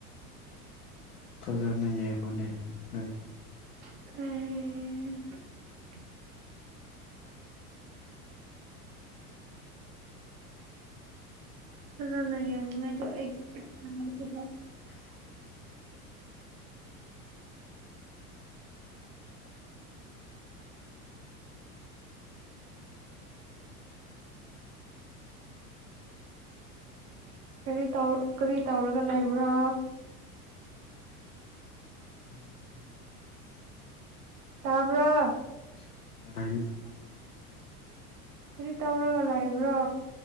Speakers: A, on the left; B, on the right.
A: ꯐꯖꯅ ꯌꯦꯡꯉꯨꯅꯦ ꯅꯪ
B: ꯑꯩ ꯐꯖꯅ ꯌꯥꯅꯤꯡꯉꯥꯏꯗꯨ ꯑꯩ ꯄꯩꯁꯥ ꯂꯩꯇꯕ
A: <inaudible>
B: ꯀꯔꯤ ꯇꯧ ꯀꯔꯤ ꯇꯧꯔꯒ ꯂꯩꯕ꯭ꯔꯥ
A: <inaudible>
B: ꯇꯥꯕ꯭ꯔꯥ
A: <unintelligible>
B: ꯀꯔꯤ ꯇꯧꯔꯒ ꯂꯩꯕ꯭ꯔꯣ